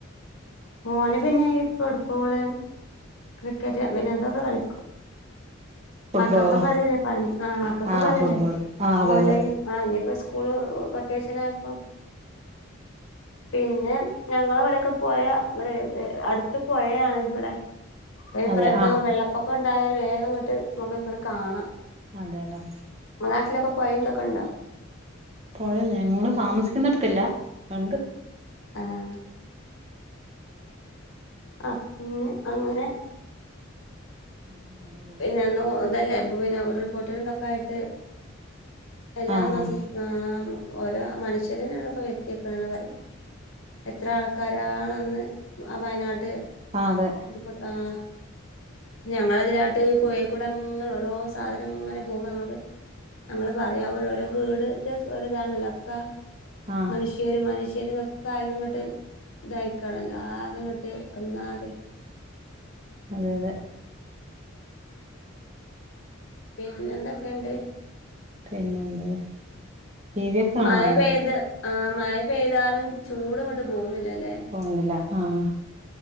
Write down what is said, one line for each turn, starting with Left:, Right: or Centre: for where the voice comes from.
Left: മോന് പിന്നെ ഈ ഫുട്ബോള് ക്രിക്കറ്റ് വിനോദൊക്കെ കളിക്കും
Right: ഫുട്ബോളോ
Left: മക്കൾക്ക് പലല്ലേ പണി ആഹ മക്കൾക്ക്
Right: ആഹ്
Left: പലല്ലേ
Right: ഫുട്ബോൾ ആഹ് അതെ
Left: ഓൺലൈൻ
Right: അതെ
Left: ആഹ് ഇനിയിപ്പോ സ്കൂള് വെക്കേഷൻ ആയപ്പോ പിന്നെ ഞങ്ങള ഇവിടെൊക്കെ പോയ ഇവിടെ അടുത്ത് പോയയാണ് ഇവിടെ
Right: അതെ
Left: പ്രായതവു
Right: ആഹ്
Left: വെള്ള ഒക്കെ ഉണ്ടായാൽ വേഗം കട്ട് നമുക്കക്കടെ കാണാം
Right: അതെയല്ലേ
Left: ഇങ്ങളെ നാട്ടിലൊക്കെ പോയന്തൊക്കെണ്ടോ
Right: പുഴ ഞങ്ങൾ താമസിക്കുന്നിടത്തില്ല ഉണ്ട്
Left: ആഹ് അഹ് പിെ അങ്ങനെ
Right: അങ്ങനെ പോകുന്നു
Left: പിന്നെന്നു ഇതല്ലേ പിന്നെ ഒരു റിപ്പോർട്ടറിന്തൊക്കെ ആയിട്ട് എല്ലാം
Right: ആഹ്
Left: മാസം
Right: ആഹ്
Left: ആഹ് ഓരോ മനുഷ്യരനല്ലോ വ്യത്തിയാക്കണന്ന് പറയാം എത്ര ആൾക്കാരണ അന്ന് ആഹ് വയനാട്ട്
Right: ആഹ് അതെ
Left: അയ്ക്കേട്ടെ ആഹ് ഞങ്ങളതിലാട്ട് പോയിൽക്കൂടെ അങ്ങനെ ഓരോ സാധനം ഇങ്ങനെ പോകുമ്പോ ഞൾക്ക് ഞങ്ങള്ൾ പറയാ ഓരോ വീട് ഒ ഇതാണല്ലോ ഒക്കെ
Right: ആഹ്
Left: മനുഷ്യ ഈയര് മനുഷ്യരന്നൊക്കെ ആയിന്ന ഇങ്ങോട്ട് ഇതായിക്കാണല്ലോ ആകെ ഇങ്ങോട്ട് ഒന്നാകെ
Right: അതെ അതെ.
Left: പിന്നെ എന്തൊക്കെയണ്ട്.
Right: പിന്നെന്ത് ടി വി ഒക്കെ കാണാറുണ്ടോ
Left: മഴ പെയ്ത് ആഹ് മഴ പെയ്താലും ചൂട് ഇങ്ങോട്ട് പോകുന്നില്ലല്ലേ.
Right: പോകുന്നില്ല ആഹ്.